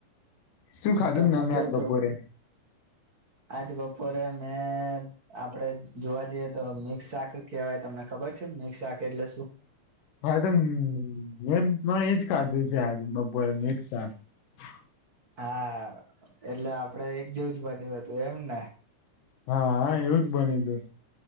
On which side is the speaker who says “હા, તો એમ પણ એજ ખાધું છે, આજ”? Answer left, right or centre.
Left